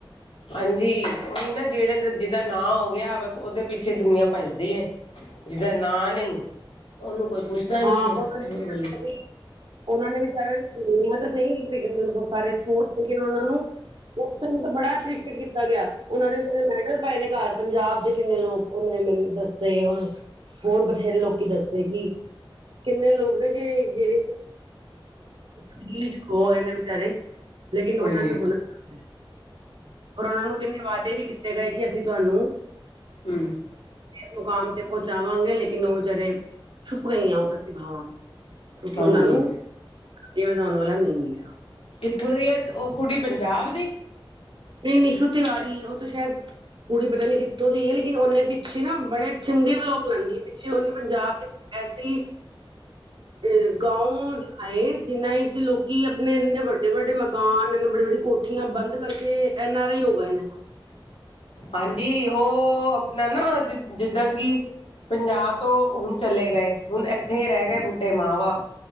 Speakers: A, on the left; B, on the right.
A: ਹਾਂਜੀ ਉਹੀ ਨਾ ਜਿਹੜੇ ਜਿਹਦਾ ਨਾਂ ਹੋ ਗਿਆ ਬਸ ਉਹਦੇ ਪਿੱਛੇ ਦੁਨੀਆਂ ਭੱਜਦੀ ਹੈ। ਜਿਹਦਾ ਨਾਂ ਨਹੀਂ ਉਹਨੂੰ ਕੋਈ ਪੁੱਛਦਾ ਨੀ
B: ਹਾਂ
A: ਫਿਰ
B: ਉਹਨਾਂ
A: ਉਹ ਬੋਲੀ।
B: ਨੇ ਵੀ ਉਹਨਾਂ ਨੇ ਵਿਚਾਰਿਆਂ ਨੂੰ ਮਦਦ ਤੇ ਸਹੀ ਮਤਲਬ ਸਾਰੇ ਸਪੋਰਟਸ ਦੇਣ ਉਹਨਾਂ ਨੂੰ। ਉੱਪਨ ਤਾਂ ਬੜਾ ਐਪਰੀਸ਼ੀਏਟ ਕੀਤਾ ਗਿਆ ਹੈ। ਉਹਨਾਂ ਦੇ ਜਿਹੜੇ ਮੈਡਲ ਪਾਏ ਨੇ ਘਰ ਪੰਜਾਬ ਦੇ ਕਿੰਨੇ ਲੋਕ। ਉਹਨੇ ਮੈਨੂੰ ਦੱਸੇ ਉਹ ਹੋਰ ਬਥੇਰੇ ਲੋਕੀ ਦੱਸੇ ਕਿ। ਕਿੰਨੇ ਲੋਕ ਨੇ ਜੇ ਜਿਹੜੇ ਉਹ ਮੀਂਹ 'ਚ ਖੋ ਹੋਏ ਨੇ ਬਾਰੇ। ਲੇਕਿਨ ਉਹਨਾਂ
A: ਹਾਂਜੀ
B: ਨੂੰ ਹੁਣ ਹਾ ਔਰ ਉਹਨਾਂ ਨੂੰ ਕਿੰਨੇ ਵਾਅਦੇ ਵੀ ਕੀਤੇ ਗਏ ਕਿ ਅਸੀਂ ਤੁਹਾਨੂੰ।
A: ਹੂੰ।
B: ਇਸ ਮੁਕਾਮ ਤੇ ਪਹੁੰਚਾਵਾਂਗੇ ਲੇਕਿਨ ਉਹ ਵਿਚਾਰੇ ਛੁਪ ਗਈਆਂ ਉਹ ਪ੍ਰਤੀਿਭਾਵਾਂ। ਕਿਉਂਕਿ
A: ਹਾਂਜੀ
B: ਉਹਨਾਂ ਨੂੰ ਇਹ ਵਧਾਉਣ ਵਾਲਾ ਨਹੀਂ ਮਿਲਿਆ।
A: ਕਿੱਥੋਂ ਦੀ ਹੈ ਉਹ ਕੁੜੀ ਪੰਜਾਬ ਦੀ।
B: ਨਹੀਂ ਨਹੀਂ ਛੁੱਟੀ ਵਾਰੀ ਉਹ ਤਾਂ ਸ਼ਾਇਦ। ਕੁੜੀ ਪਤਾ ਨੀ ਕਿੱਥੋਂ ਦੀ ਹੈ। ਲੇਕਿਨ ਉਹਨੇ ਪਿੱਛੇ ਨਾ ਬੜੇ ਚੰਗੇ ਬਲੋਕ ਬਣਾਉਂਦੀ ਹੈ ਪਿੱਛੇ ਉਹਨੇ ਪੰਜਾਬ ਤੇ। ਅਸੀ। ਅ ਗਾਉ ਦਿਖਾਏ ਜਿੰਨਾ ਵਿੱਚ ਲੋਕੀ ਆਪਣੇ ਇੰਨੇ ਵੱਡੇ ਵੱਡੇ ਮਕਾਨ ਇੰਨੇ ਵੱਡੇ ਵੱਡੇ ਕੋਠੀ। ਕੋਠੀਆਂ ਬੰਦ ਕਰਕੇ ਐਨ ਆਰ ਆਈ ਹੋ ਗਏ ਨੇ।
A: ਹਾਂਜੀ ਉਹ ਆਪਣਾ ਨਾ ਜਿੱਦਾਂ ਜਿੱਦਾਂ ਕਿ। ਪੰਜਾਬ ਤੋਂ ਹੁਣ ਚਲੇ ਗਏ ਹੁਣ ਇੱਥੇ ਰਹਿ ਗਏ ਬੁੱਢੇ ਮਾਂ ਬਾਪ।